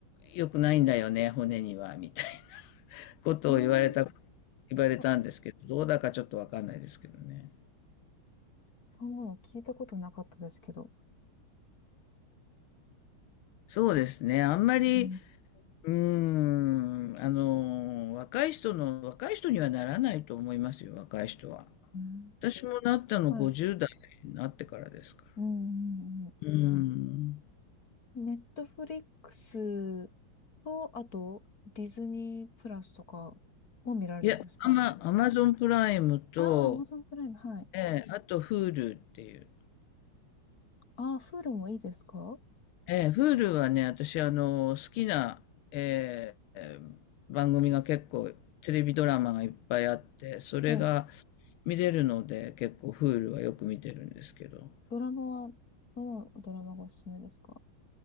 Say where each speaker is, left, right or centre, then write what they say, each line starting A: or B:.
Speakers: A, on the left; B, on the left.
A: 良くないんだよね、骨には、みたいなことを言われた、
B: えー、
A: 言われたんですけど、
B: そ、
A: どうだかちょっとわかんないですけどね。
B: そんなの聞いたことなかったですけど。
A: そうですね。あんまり、
B: うん
A: うーん、あの、若い人の若い人にはならないと思いますよ、若い人は。
B: うん
A: 私もなったの50代になってからですか
B: はい。うんうん
A: ら。うん。
B: うん。ネットフリックスと、あと、ディズニープラスとかも見られるんですか
A: いや、アマ、アマゾンプライムと、
B: ああアマゾンプライム、はい。
A: ええ、あと Hulu っていう。
B: ああ、フールもいいですか
A: ええ、Hulu はね、私、あの、好きな、ええ、ええ番組が結構、テレビドラマがいっぱいあって、それが
B: はい。
A: 見れるので、結構 Hulu はよく見てるんですけど。
B: ドラマは、どのドラマがおすすめですか